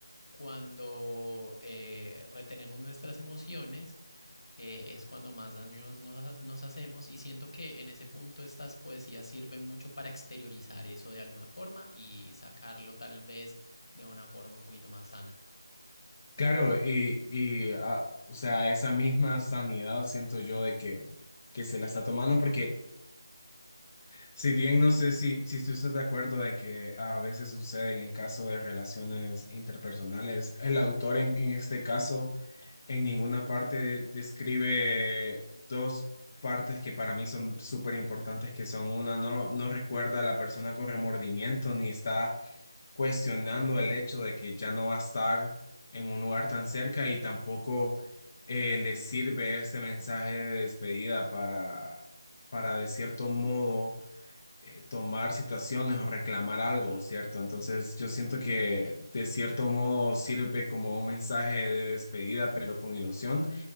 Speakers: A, on the left; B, on the left.
A: cuando eh, retenemos nuestras emociones, eh, es cuando más daños nos, nos, hacemos y siento que en ese punto estas poesías sirven mucho para exteriorizar eso de alguna forma y sacarlo tal vez de una forma un poquito más sana.
B: Claro, y, y ah, o sea, esa misma sanidad siento yo de que, que se la está tomando, porque si bien no sé si, si tú estás de acuerdo de que a veces sucede en el caso de relaciones interpersonales, el autor en, en este caso en ninguna parte describe dos partes que para mí son súper importantes, que son una, no, no recuerda a la persona con remordimiento, ni está cuestionando el hecho de que ya no va a estar en un lugar tan cerca y tampoco eh, le sirve este mensaje de despedida para, para de cierto modo eh, tomar situaciones o reclamar algo, ¿cierto? Entonces yo siento
A: Sí,
B: que de cierto modo sirve como un mensaje de despedida, pero con ilusión,